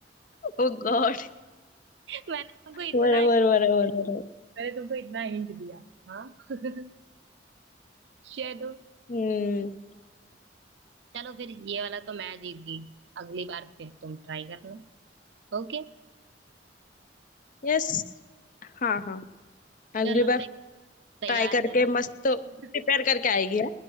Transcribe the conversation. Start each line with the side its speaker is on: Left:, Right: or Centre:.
Left: ओ गॉड
Right: मैंने तुमको इतना
Left: बराबर बराबर बराबर
Right: मैंने तुमको इतना हिंट दिया हाँ <laughs> चलो
Left: हम्म
Right: चलो फिर ये वाला तो मैं जीत गई अगली बार फिर तुम ट्राई करना ओके
Left: यस हाँ हाँ अगली
Right: चलो
Left: बार
Right: नेक्स्ट तैयार
Left: ट्राई करके
Right: रहना
Left: मस्त प्रिपेयर
Right: <laughs>
Left: करके आएगी है